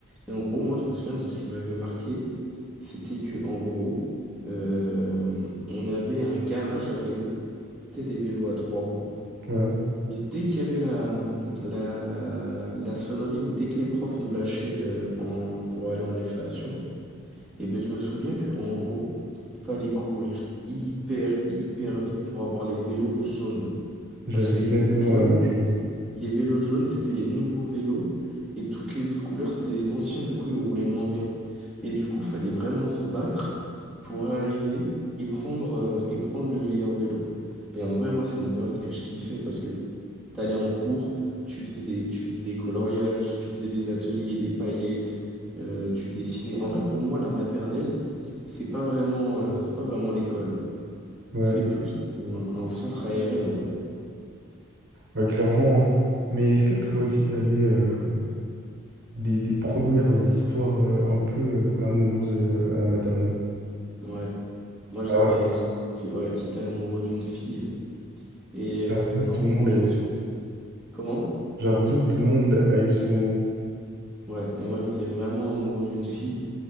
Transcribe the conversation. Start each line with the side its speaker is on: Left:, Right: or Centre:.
Centre: Et en gros, moi je me souviens de ce qui m'avait marqué, c'était que en gros, euh, on avait un garage à vélo, c'était des vélos à trois roues.
Right: Ouais,
Centre: Mais dès qu'il y avait la, la, la, la sonnerie ou dès que les profs nous lâchaient euh, en, pour aller en récréation, et ben je me souviens que en gros, fallait courir hyper hyper vite pour avoir les vélos jaunes.
Right: j'avais
Centre: Parce que
Right: exactement
Centre: les vélos jaunes,
Right: la même chose.
Centre: les vélos jaunes, c'était les nouveaux vélos. Et toutes les autres couleurs, c'était les anciens. Du coup, ils roulaient moins bien. Et du coup, fallait vraiment se battre pour arriver et prendre, euh, et prendre le meilleur vélo. Et en vrai, moi, c'est une période que je kiffais parce que t'allais en cours, tu faisais des, tu faisais des coloriages, tu faisais des ateliers, des paillettes, euh, tu dessinais. En vrai, pour moi, la maternelle, c'est pas vraiment, euh, c'est pas vraiment l'école.
Right: Ouais.
Centre: C'est plus un, un centre aéré, en vrai.
Right: ouais clairement. hein. Mais est-ce que toi aussi, t'avais euh, des, des premières histoires euh, un peu euh, amoureuses euh, à la maternelle?
Centre: Ouais. Moi, j'avais,
Right: Ah ouais?
Centre: j'ai- ouais, j'étais amoureux d'une fille. Et
Right: J'ai
Centre: euh,
Right: l'impression que
Centre: en
Right: tout
Centre: gros,
Right: le monde l'a
Centre: je
Right: été.
Centre: me souviens. Comment?
Right: J'ai l'impression que tout le monde a eu ce moment.
Centre: Ouais, et moi, j'étais vraiment amoureux d'une fille.